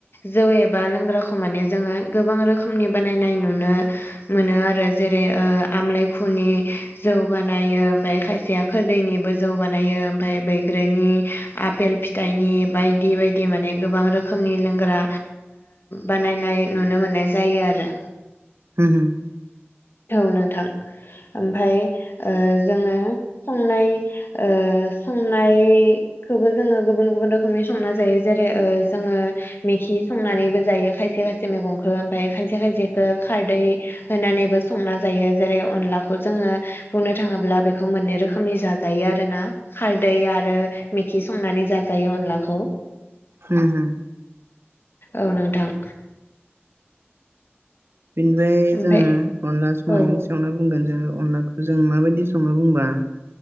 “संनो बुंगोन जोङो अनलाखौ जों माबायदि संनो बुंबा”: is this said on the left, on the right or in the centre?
Right